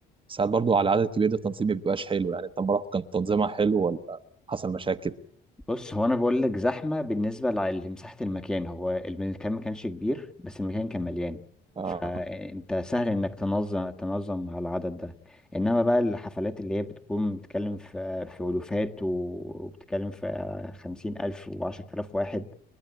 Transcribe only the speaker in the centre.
بص هو انا بقول لك زحمه بالنسبه لع- لمساحه المكان هو المكان ما كانش كبير بس المكان كان مليان
فانت سهل انك تنظم تنظم على العدد ده انما بقى الحفلات اللي هي بتكون بتتكلم في في الوفات و- وبتتكلم في خمسين الف وعشرة آلاف واحد